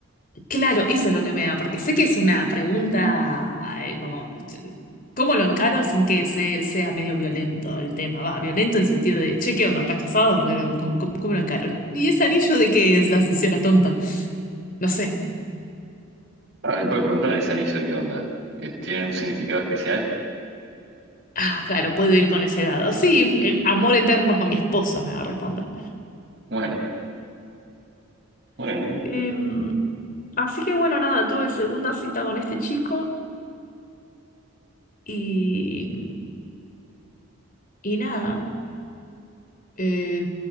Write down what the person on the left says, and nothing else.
claro, eso es lo que me da, porque sé que es una pregunta eh, como, ch- ¿cómo lo encaro sin que se- sea medio violento el tema? Va, violento en sentido de, che, ¿qué onda? ¿Estás casado? Pero, ¿Cómo, cómo- cómo lo encaro? ¿Y ese anillo de qué es? Asocié a la tonta. No sé.
Ah, claro, puedo ir con ese lado. Sí, el amor eterno con mi esposa me va a responder.
Em, así que bueno, nada, tuve segunda cita con este chico y, y nada. Eh,